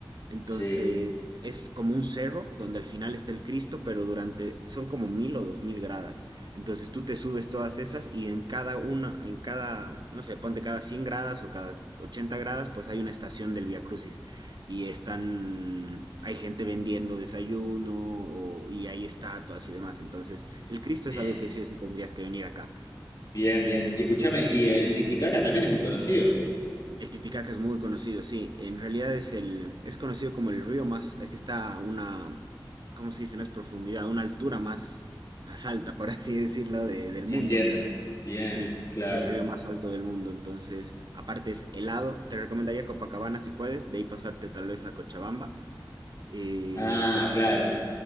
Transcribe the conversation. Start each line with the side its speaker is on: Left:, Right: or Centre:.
Right: Entonces,
Left: sí,
Right: es como un cerro donde al final está el Cristo, pero durante son como mil o dos mil gradas. Entonces, tú te subes todas esas y en cada una, en cada, no sé, ponte cada 100 gradas o cada 80 gradas, pues hay una estación del Via Crucis y están, hay gente vendiendo desayuno o- y hay estatuas y demás. Entonces, el Cristo
Left: bien,
Right: es algo que sí o sí tendrías que venir acá.
Left: bien, bien. Y escúchame, y el Titicaca también es muy conocido.
Right: El Titicaca es muy conocido, sí. En realidad es el, es conocido como el río más, es que está a una, ¿cómo se dice? No es profundidad, a una altura más, más alta, por <laughs> así decirlo, de- del
Left: Entiendo.
Right: mundo.
Left: Bien,
Right: Sí,
Left: claro.
Right: es el río más alto del mundo. Entonces, aparte es helado. Te recomendaría Copacabana si puedes, de ahí pasarte tal vez a Cochabamba. Eh,
Left: Ah,
Right: Cochabamba,
Left: claro.